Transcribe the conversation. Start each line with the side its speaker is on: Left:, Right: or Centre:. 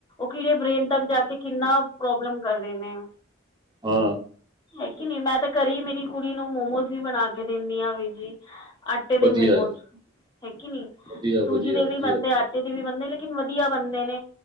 Left: ਕੀੜੇ ਬ੍ਰੇਨ ਤੱਕ ਜਾ ਕੇ ਕਿੰਨਾ ਪ੍ਰੋਬਲਮ ਕਰਦੇ ਨੇ।
Right: ਆ।
Left: ਹੈ ਕੇ ਨੀ ਮੈਂ ਤਾਂ ਘਰੇ ਈ ਮੇਰੀ ਕੁੜੀ ਨੂੰ ਮੋਮੋਜ਼ ਵੀ ਬਣਾ ਕੇ ਦੇਣੀ ਆ ਵੀਰਜੀ ਆਟੇ ਦੇ
Right: ਵਧੀਆ
Left: ਮੋਮੋਜ਼
Right: ਹੈ
Left: ਹੈ ਕੇ ਨੀ,
Right: ਵਧੀਆ
Left: ਸੂਜੀ
Right: ਵਧੀਆ
Left: ਦੇ
Right: ਵਧੀਆ
Left: ਵੀ ਬਣਦੇ ਆ ਟੇ ਦੇ ਵੀ ਬਨਦੇ ਲੇਕਿਨ ਵਧੀਆ ਬਨਦੇ ਨੇ